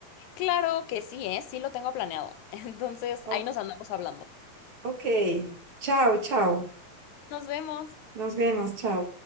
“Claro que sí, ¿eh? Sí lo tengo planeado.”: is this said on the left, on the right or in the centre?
Left